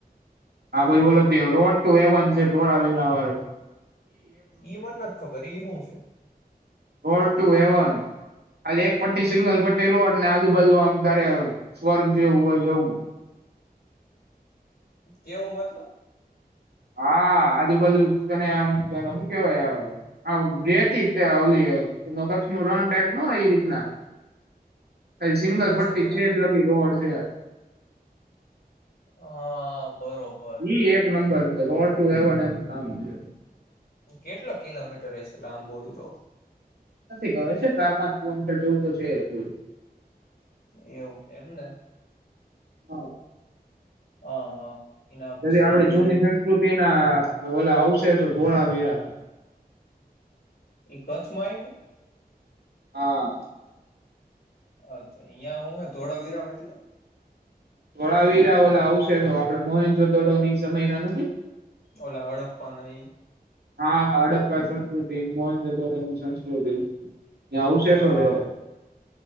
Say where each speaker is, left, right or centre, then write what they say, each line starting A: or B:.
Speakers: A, on the right; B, on the left.
A: હા ભાઈ, બોલો તે રોડ તો એવન છે થોડા વેરા વાળું.
B: ઈ મને નથી ખબર. એ હું.
A: રોડ ટુ હેવન આજ એક પટ્ટી, સિંગલ પટ્ટી રોડ ને આજુબાજુ આમ તારે સ્વર્ગ જેવું હોય એવું.
B: કેવું મતલબ.
A: હા, આજુબાજુ તને આમ શું કેવાય? રેતી, જલી, કચ્છ ના રણ ટાઈપ ના હોય એ રીતના. ખાલી સિંગલ
B: હા
A: પટ્ટી
B: છેલ્લે
A: છેક લગી રોડ છે.
B: હા, બરોબર.
A: ઈ એક નંબર રોડ ટુ હેવન એનું નામ છે.
B: કેટલો કિલોમીટર હશે, લાંબો હોય તો?
A: નથી ગયો છે હોય ચાર પાંચ કિલોમીટર જેવું તો છે એટલું.
B: એવું એમને
A: હા.
B: હા, હા. એના પછી
A: ઓલી આપડે જૂની સંસ્કૃતિ ના ઓલા આવશે તો ધોળાવીરાના.
B: એ કચ્છમાં આવ્યું.
A: હા.
B: અચ્છા, અહિયાં હું હે ધોળાવિરામ એટલે
A: ધોળાવીરા ઓલા આવશે તો આપડે મોહન જો દડોની સમયના નથી.
B: ઓલા હડપ્પા ના ઈ
A: હા, હડપ્પા સંસ્કૃતિ મોહનજદોડની સંસ્કૃતિ. ત્યાં અવશેષો
B: હા
A: રેહ.